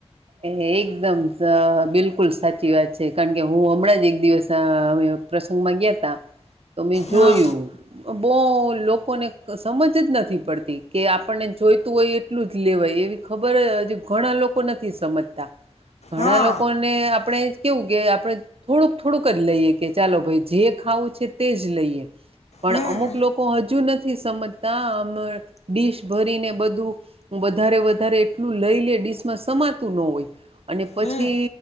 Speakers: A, on the right; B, on the left.
A: એ એકદમ બિલકુલ સાચી વાત છે કારણ કે હું હમણાં જ એક દિવસ અમે પ્રસંગ મા ગીતાં તમે જોયું
B: હા
A: બહ લોકોને સમજ જ નથી પડતી કે આપણને જોઈતું હોય એ એટલું જ લેવાય એવી ખબર હજ ઘણા લોકો નથી સમજતા ઘણા
B: હા
A: લોકોને આપણે કેવું કે આપણે થોડુંક થોડુંક જ લઈએ કે ચાલો ભાઈ જે ખાવું છે તે જ લઈએ પણ
B: હમ
A: અમુક લોકો હજુ નથી સમજતા આમ ડીશ ભરીને બધું વધારે વધારે એટલું લઈ લે ડિશમાં સમાતું ન હોય અને પછી
B: હમ